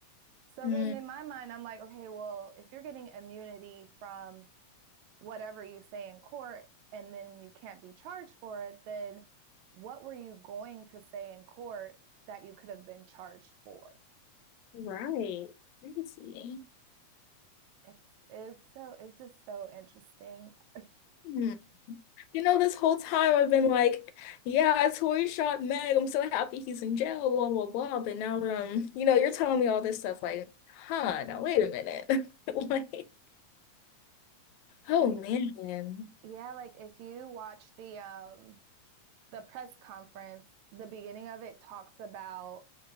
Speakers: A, on the right (about 80°); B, on the left (about 80°).
A: So
B: Mm,
A: then in my mind, I'm like, okay, well, if you're getting immunity from whatever you say in court and then you can't be charged for it, then what were you going to say in court that you could have been charged for?
B: right. Crazy.
A: It's it's so it's just so interesting. <laughs>
B: Hmm. You know, this whole time I've been like, yeah, Tori shot Meg. I'm so happy he's in jail, blah, blah, blah. But now, um, you know, you're telling me all this stuff like, huh, now wait a minute. <laughs> Like, oh
A: So,
B: man.
A: yeah, like if you watch the um the press conference, the beginning of it talks about